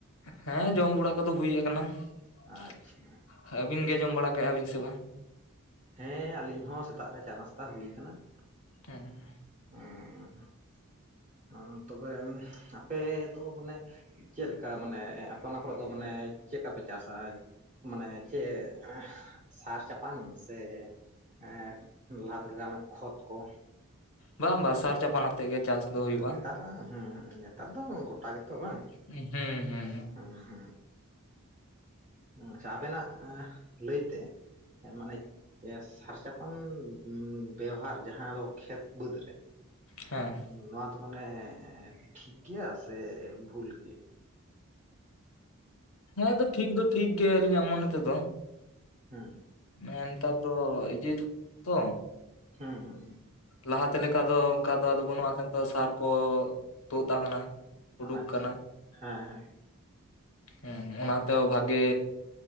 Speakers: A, on the left; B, on the right.
A: ᱦᱮᱸ ᱡᱚᱢ ᱵᱩᱲᱟ ᱠᱚᱫᱚ ᱦᱩᱭ ᱟᱠᱟᱱᱟ
B: ᱟᱪᱪᱷᱟ
A: ᱾ ᱟᱹᱵᱤᱱ ᱜᱮ ᱡᱚᱢ ᱵᱟᱲᱟ ᱠᱟᱜᱼᱮ ᱵᱤᱱ ᱥᱮ ᱵᱟᱝ?
B: ᱦᱮᱸ ᱟᱞᱤᱧ ᱦᱚᱸ ᱥᱮᱛᱟᱜ ᱨᱮ ᱪᱟ ᱱᱟᱥᱛᱟ ᱦᱩᱭ ᱠᱟᱱᱟ ᱾
A: ᱚᱸᱻ
B: ᱦᱚᱸᱻ ᱚᱸ ᱛᱚᱵᱮ ᱟᱯᱮ ᱟᱹᱛᱩ ᱦᱚᱸ ᱵᱚᱞᱮ ᱪᱮᱫᱞᱮᱠᱟ ᱢᱟᱱᱮ ᱟᱯᱮ ᱚᱱᱟ ᱠᱚᱨᱮᱜ ᱫᱚ ᱢᱟᱱᱮ ᱪᱮᱫᱠᱟ ᱯᱮ ᱪᱟᱥᱟ? ᱢᱟᱱᱮ ᱪᱮᱜ ᱮᱸ ᱥᱟᱨ ᱪᱟᱯᱟᱱ ᱥᱮ ᱮᱸ ᱞᱟᱦᱟ ᱛᱮ ᱞᱮᱠᱟᱱᱟᱜ ᱠᱷᱚᱛ ᱠᱚ?
A: ᱵᱟᱝ ᱵᱟᱝ ᱥᱟᱨ ᱪᱟᱯᱟᱱ ᱟᱛᱮᱜ ᱜᱮ ᱪᱟᱥ ᱫᱚ ᱦᱩᱭᱩᱜᱼᱟ᱾
B: ᱱᱮᱛᱟᱨ ᱦᱮᱸ ᱱᱮᱛᱟᱨ ᱫᱚ ᱜᱚᱴᱟ ᱜᱮᱛᱚ ᱵᱟᱝ?
A: ᱦᱩᱸ ᱦᱩᱸ ᱦᱩᱸ
B: ᱦᱩᱸ ᱟᱪᱪᱷᱟ ᱟᱵᱮᱱᱟᱜ ᱟᱸ ᱞᱟᱹᱭᱛᱮ ᱮᱸ ᱢᱟᱱᱮ ᱮᱥ ᱥᱟᱨᱥᱟ ᱠᱷᱚᱱ ᱵᱮᱣᱦᱟᱨ ᱡᱟᱦᱟᱸ ᱫᱚ ᱠᱷᱮᱛ ᱵᱟᱹᱫᱽ ᱨᱮ
A: ᱦᱮᱸ,
B: ᱱᱚᱣᱟ ᱫᱚ ᱢᱟᱱᱮ ᱴᱷᱤᱠ ᱜᱮᱭᱟ ᱥᱮ ᱵᱷᱩᱞ ᱜᱮᱭᱟ?
A: ᱦᱮᱸ ᱟᱫᱚ ᱴᱷᱤᱠ ᱫᱚ ᱴᱷᱤᱠ ᱜᱮᱭᱟ ᱟᱹᱞᱤᱧᱟᱜ ᱢᱚᱱᱮ ᱛᱮᱫᱚ᱾
B: ᱦᱩᱸ
A: ᱱᱮᱸᱛᱟᱨ ᱫᱚ ᱤᱡᱤᱯ ᱛᱚ
B: ᱦᱩᱸ ᱦᱩᱸ ᱦᱩᱸ᱾
A: ᱞᱟᱦᱟᱛᱮ ᱞᱮᱠᱟ ᱫᱚ ᱚᱝᱠᱟ ᱫᱚ ᱟᱫᱚ ᱵᱟᱹᱱᱩᱜᱼᱟ ᱠᱤᱱᱛᱚ ᱥᱟᱨ ᱠᱚ ᱛᱩᱫ ᱟᱠᱟᱱᱟ᱾ ᱩᱰᱩᱠ
B: ᱟᱪᱪᱷᱟ
A: ᱠᱟᱱᱟ
B: ᱦᱮᱸ ᱦᱮᱸ᱾
A: ᱦᱩᱸ ᱚᱱᱟᱛᱮ ᱦᱚᱸ ᱵᱷᱟᱜᱮ